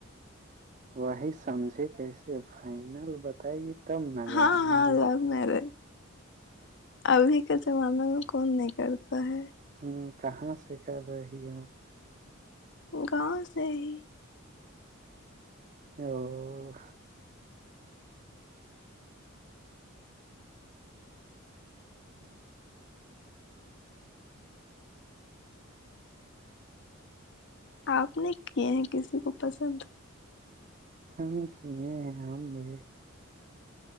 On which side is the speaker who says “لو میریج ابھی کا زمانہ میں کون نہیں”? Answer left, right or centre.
Left